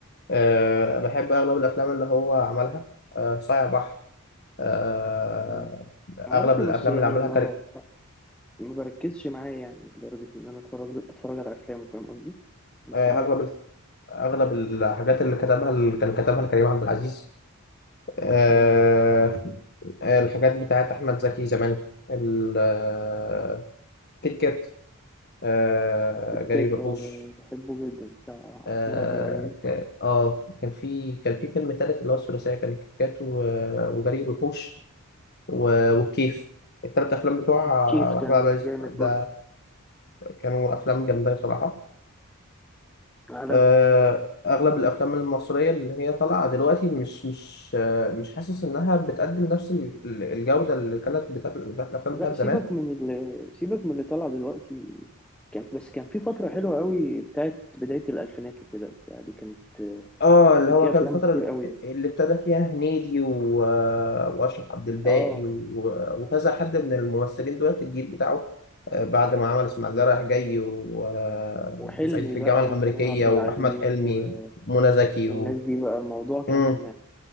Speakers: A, on the left; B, in the centre.
A: أه بحب اغلب الافلام اللي هو عملها أه صايع بحر أه
B: مم. عارفه
A: اغلب الافلام
B: بس يعني
A: اللي عملها
B: ما
A: كريم
B: ما بركزش معاه يعني لدرجة ان انا اتفرج اتفرج على افلامه فاهم قصدي بس
A: أه
B: عارفه
A: اغلب ال- اغلب الحاجات اللي كتبها اللي كان كتبها لكريم عبد العزيز أه
B: مم.
A: الحاجات بتاعت احمد زكي زمان ال- آه، كيت كات أه
B: كيت
A: جري
B: كات
A: وحوش
B: آه، ده بحبه جدا بتاع
A: اه
B: محمود عبد العزيز
A: ك- آه، كان في كان في فيلم تالت اللي هو الثلاثيه كان الكيكات و- وجري الوحوش و- والكيف التلات افلام بتوع
B: كيف كان
A: احمد عبد العزيز
B: جامد
A: ده
B: برضه
A: كانوا افلام جامده بصراحه
B: عالمي
A: آه، اغلب الافلام المصريه اللي هي طالعه دلوقتي مش مش آه، مش حاسس انها بتقدم نفس ال- الجوده اللي كانت بتاعت بتاعت الافلام
B: لا
A: بتاعت
B: سيبك
A: زمان
B: من اللي سيبك من اللي طلع دلوقتي كان بس كان في فترة حلوة قوي بتاعت بداية الألفينات وكده وبتاع دي كانت
A: اه اللي
B: كان
A: هو
B: فيها
A: كان
B: أفلام
A: الفترة
B: كتير قوي
A: اللي ابتدى فيها هنيدي و... وأشرف عبد الباقي
B: اه
A: و... وكذا حد من الممثلين دولت الجيل بتاعه آه، بعد ما عمل إسماعيلية رايح جاي و... آه،
B: وحلمي
A: وصعيدي في
B: بقى
A: الجامعة الأمريكية
B: وكريم عبد
A: وأحمد
B: العزيز
A: حلمي
B: و...
A: ومنى زكي
B: والناس
A: و...
B: دي بقى الموضوع كان
A: مم.